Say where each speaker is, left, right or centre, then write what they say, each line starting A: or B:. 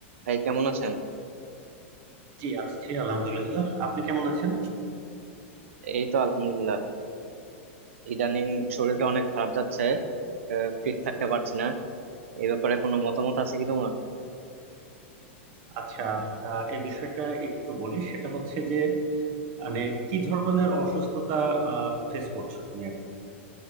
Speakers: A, on the right (about 75°); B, on the right (about 40°).
A: ভাই কেমন আছেন
B: জি আছি আলহামদুলিল্লাহ আপনি কেমন আছেন
A: এই তো আলহামদুলিল্লাহ ইদানিং শরীরটা অনেক খারাপ যাচ্ছে আহ, ফিট থাকতে পারছি না এই ব্যাপারে কোনো মতামত আছে কি তোমার
B: আচ্ছা আহ, এই বিষয়টা একটু বলি সেটা হচ্ছে যে মানে কি ধরনের অসুস্থতা ফেস করছো তুমি এখন